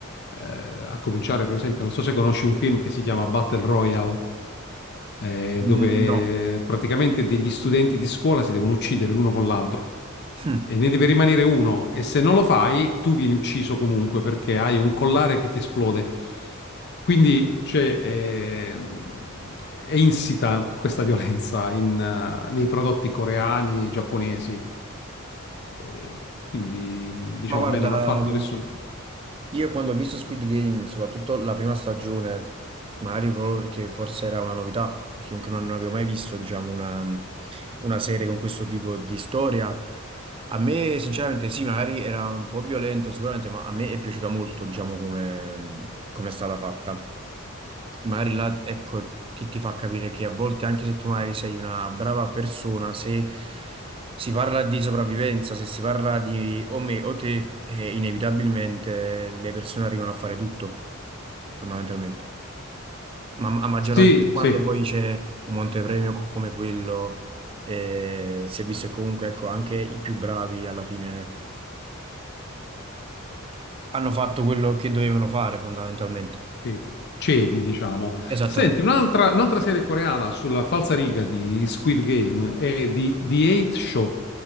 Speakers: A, on the left; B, on the right.
A: Eh, a cominciare per esempio, non so se conosci un film che si chiama Battle Royale, eh,
B: Mm,
A: dove
B: No.
A: praticamente degli studenti di scuola si devono uccidere l'uno con l'altro.
B: Hm.
A: E ne deve rimanere uno e se non lo fai, tu vieni ucciso comunque perché hai un collare che ti esplode. Quindi c'è, eh, è insita questa violenza in, eh, nei prodotti coreani, giapponesi. Eh, quindi diciamo
B: Ma guarda,
A: a me non ha fatto
B: mh,
A: nessun...
B: io quando ho visto Squid Game, soprattutto la prima stagione, magari proprio perché forse era una novità, perché comunque non non avevo mai visto, diciamo, una, una serie con questo tipo di storia. A me, sinceramente, sì, magari era un po' violento sicuramente, ma a me è piaciuta molto, diciamo, come, come è stata fatta. E magari là, ecco, ti, ti fa capire che a volte, anche se tu magari sei una brava persona, se si parla di sopravvivenza, se si parla di o me o te, eh, inevitabilmente le persone arrivano a fare tutto, fondamentalmente. Ma a maggior
A: Sì,
B: ragione quando
A: sì,
B: poi c'è un montepremio co- come quello, eh, si è visto che comunque, ecco, anche i più bravi alla fine hanno fatto quello che dovevano fare, fondamentalmente.
A: Sì, cedi, diciamo.
B: Esattamente.
A: Senti, un'altra un'altra serie coreana sulla falsariga di Squid Game è di The Eight Show,